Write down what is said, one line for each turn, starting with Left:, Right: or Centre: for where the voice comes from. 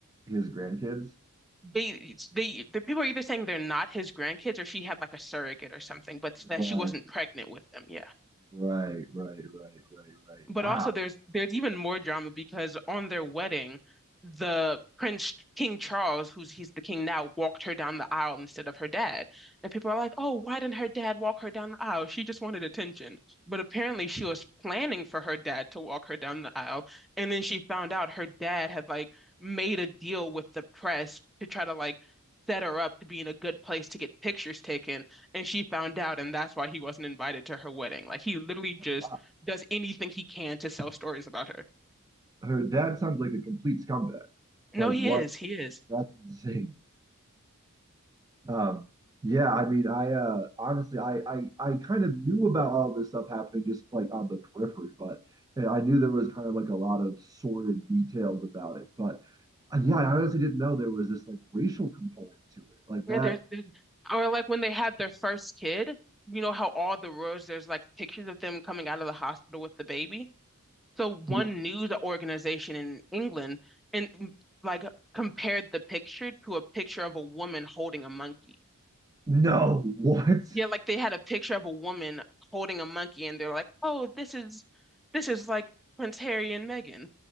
Right: his grandkids.
Centre: they they the people are either saying they're not his grandkids or she had like a surrogate or something, but that
Right: Right,
Centre: she wasn't pregnant with them. Yeah.
Right: right, right, right, right, right.
Centre: But
Right: Wow.
Centre: also there's there's even more drama because on their wedding, the Prince King Charles, who's he's the king now, walked her down the aisle instead of her dad. And people are like, "Oh, why didn't her dad walk her down the aisle? She just wanted attention." But apparently she was planning for her dad to walk her down the aisle, and then she found out her dad had like made a deal with the press to try to like set her up to be in a good place to get pictures taken, and she found out, and that's why he wasn't invited to her wedding. Like he literally
Right: Oh
Centre: just
Right: my God.
Centre: does anything he can to sell stories about her.
Right: Her dad sounds like a complete scumbag.
Centre: No,
Right: Like
Centre: he
Right: what?
Centre: is. He is.
Right: That's insane. Um, yeah, I mean, I uh, honestly, I, I I kind of knew about all this stuff happening just like on the periphery, but and I knew there was kind of like a lot of sordid details about it. But uh, yeah, I honestly didn't know there was this like racial component to it, like
Centre: Yeah,
Right: that.
Centre: there's, there's, or like when they had their first kid, you know how all the roads there's like pictures of them coming out of the hospital with the baby. So one
Right: Yeah.
Centre: news organization in England and mm, like compared the picture to a picture of a woman holding a monkey.
Right: No, <laughs> what?
Centre: Yeah, like they had a picture of a woman holding a monkey and they're like, "Oh, this is this is like Prince Harry and Meghan."